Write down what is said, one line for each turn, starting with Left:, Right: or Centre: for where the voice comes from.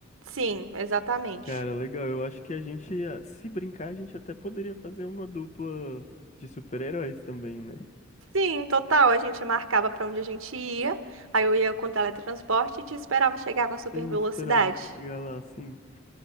Right: Sim, exatamente.
Left: Cara, legal. Eu acho que a gente, ah, se brincar, a gente até poderia fazer uma dupla de super-heróis também, né?
Right: Sim, total. A gente marcava pra onde a gente ia, aí eu ia com teletransporte e te esperava chegar com a super
Left: Eu não
Right: velocidade.
Left: esperava chegar lá assim.